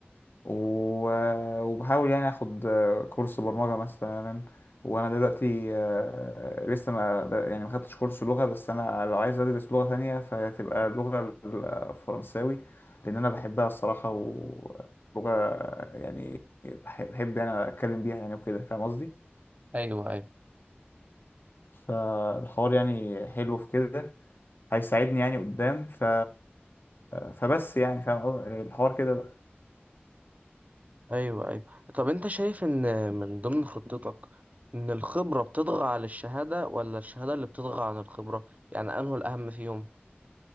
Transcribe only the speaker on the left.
و- وبحاول يعني اخد آه، كورس برمجة مثلا وانا دلوقتي آه، لسه ما يعني ما خدتش كورس لغة بس انا لو عايز ادرس لغة تانية فهتبقى اللغة الفرنساوي لان انا بحبها الصراحة ولغة يعني بحب بحب يعني اتكلم بيها يعني وكده فاهم قصدي
فالحوار يعني حلو في كده هيساعدني يعني قدام ف... فبس يعني فاهم قصدي؟ الحوار كده